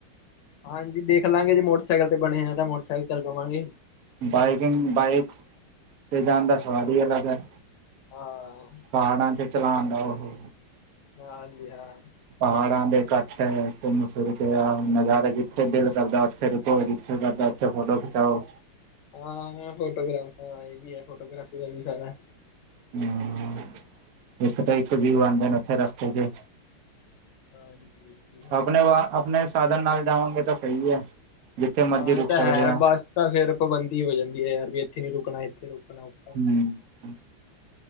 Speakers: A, on the left (about 85°); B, on the right (about 60°).
A: ਹਾਂਜੀ ਦੇਖ ਲਵਾਂਗੇ ਜੇ ਮੋਟਰਸਾਈਕਲ ਤੇ ਬਣੇਗਾ। ਤਾਂ ਮੋਟਰਸਾਈਕਲ ਚਲ ਪਾਵਾਂਗੇ।
B: ਬਾਈਕਿੰਗ ਬਾਈਕ 'ਤੇ ਜਾਣ ਦਾ ਸਵਾਦ ਹੀ ਅਲੱਗ ਹੈ।
A: ਹਾਂ
B: ਪਹਾੜਾਂ 'ਚ ਚਲਾਣ ਦਾ ਉਹ
A: ਹਾਂਜੀ ਹਾਂ-
B: ਪਹਾੜਾਂ ਦੇੇ ਇਕੱਠ ਮੁ <unintelligible> ਨਜ਼ਾਰਾ ਜਿੱਥੇ ਦਿਲ ਕਰਦਾ ਉਥੇ ਰੁਕੋ, ਜੀ ਕਰਦਾ ਫੋਟੋ ਖਿਚਾਓ-
A: ਹਾਂ ਫੋਟੋਗ੍ਰਾਫ ਇਹ ਵੀ ਹੈ। ਫੋਟੋਗ੍ਰਾਫੀ ਦਾ ਵੀ ਫਾਇਦਾ
B: ਹੂੰ। ਇਕ ਤੇ ਇਕ ਵੀਊ ਆਉਦੇ ਨੇ ਉਥੇ ਰਸਤੇ 'ਚ-
A: ਹਾਂਜੀ ਇਹ ਵੀ ਹੈ।
B: ਆਪਣੇ ਵ ਆਪਣੇ ਸਾਧਨ ਨਾਲ ਜਾਉਗੇ ਤਾਂ ਸਹੀ ਹੈ। ਜਿੱਥੇ
A: ਹਾਂ
B: ਮਰਜ਼ੀ ਰੁਕ
A: ਇਹ ਤਾਂ
B: ਸਕਦੇ
A: ਹੈ,
B: ਹਾਂ
A: ਬਸ ਤੇ ਫੇਰ ਪਾਬੰਦੀ ਹੋ ਜਾਂਦੀ ਹੈ। ਯਾਰ ਵੀ ਇਥੇ ਨੀ ਰੁਕਣਾ ਇਥੇ ਰੁਕਣਾ ਹੋ
B: ਹਮ
A: ਜਾਏਗਾ।
B: <unintelligible>